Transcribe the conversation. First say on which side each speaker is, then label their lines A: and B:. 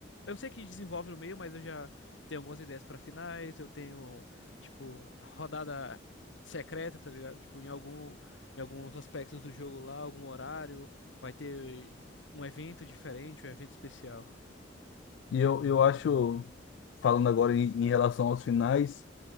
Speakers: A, on the left; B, on the left.
A: Eu sei que desenvolve no meio, mas eu já tenho algumas ideias pra finais. Eu tenho, tipo, rodada secreta, tá ligado? Tipo, em algum, em alguns aspectos do jogo lá, algum horário, vai ter um evento diferente, um evento especial.
B: e eu, eu acho, falando agora em, em relação aos finais,